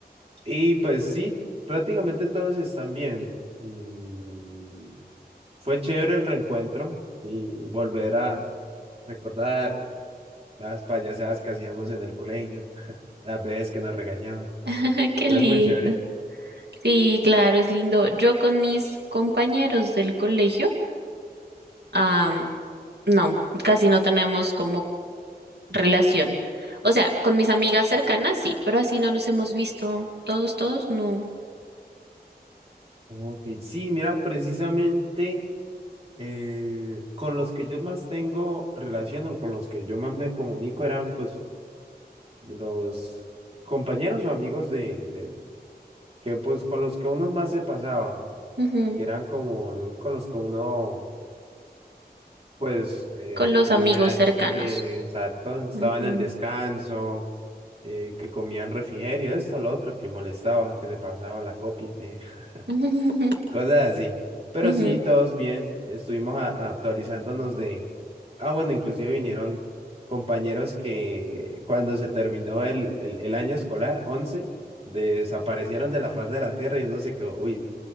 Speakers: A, on the right (about 35°); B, on the right (about 85°).
A: Y pues sí, prácticamente todos están bien. Mm, Fue chévere el reencuentro y volver a recordar las payasadas que hacíamos en el colegio, <laughs> las veces que nos regañaban.
B: <laughs> Ajá, qué
A: Entonces
B: lindo.
A: fue chévere.
B: Sí, claro, es lindo. Yo con mis compañeros del colegio, am, no, casi no tenemos como relación. O sea, con mis amigas cercanas sí, pero así no nos hemos visto todos, todos, no.
A: Ok, Sí, mira, precisamente eh, con los que yo más tengo relación o con los que yo más me comunico eran pues los compañeros o amigos de, de- que pues con los que uno más se pasaba,
B: Ujú,
A: que eran como lo- con los que uno Pues eh,
B: Con los
A: comía,
B: amigos cercanos.
A: eh, exacto, estaba
B: Ujú,
A: en el descanso, eh, que comía el refrigerio, esto, lo otro, que molestaba, que se pasaba la copia, eh, <laughs>
B: <laughs>
A: cosas así. Pero
B: ujú.
A: sí, todos bien, estuvimos a- actualizándonos de... Ah, bueno, inclusive vinieron compañeros que cuando se terminó el, el, el año escolar, 11 desaparecieron de la faz de la Tierra y uno se quedó, uy,